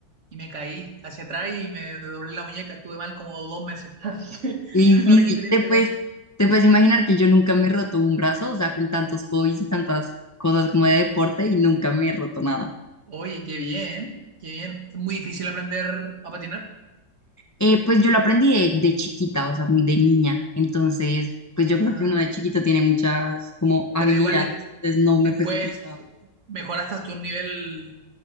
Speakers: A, on the right; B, on the left.
A: y me caí hacia atrás y me doblé la muñeca. Estuve mal como dos meses. <laughs> Así
B: Y difícil,
A: que mala experiencia
B: te puedes,
A: con.
B: te puedes imaginar que yo nunca me he roto un brazo, o sea, con tantos hobbies y tantas cosas como de deporte y nunca me he roto nada.
A: Oye, qué bien, qué bien. Es muy difícil aprender a patinar.
B: Eh, pues yo lo aprendí de, de chiquita, o sea, muy de niña. Entonces, pues
A: Ah,
B: yo creo que uno de chiquito tiene muchas como habilidades,
A: pero igual des-
B: entonces no
A: después
B: me fue complicado.
A: mejoraste hasta un nivel